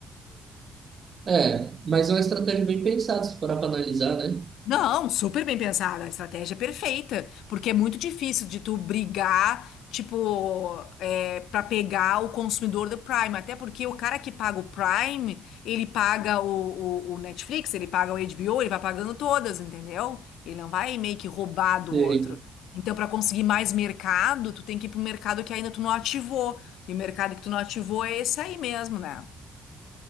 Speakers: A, on the right; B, on the left.
A: É, mas é uma estratégia bem pensada, se parar para analisar, né?
B: Não, super bem pensada, a estratégia é perfeita, porque é muito difícil de tu brigar, tipo, é, para pegar o consumidor do Prime, até porque o cara que paga o Prime, ele paga o, o- o Netflix, ele paga o HBO, ele vai pagando todas, entendeu? Ele não vai meio que roubar do
A: Sei.
B: outro. Então, para conseguir mais mercado, tu tem que ir pro mercado que ainda tu não ativou, e o mercado que tu não ativou é esse aí mesmo, né?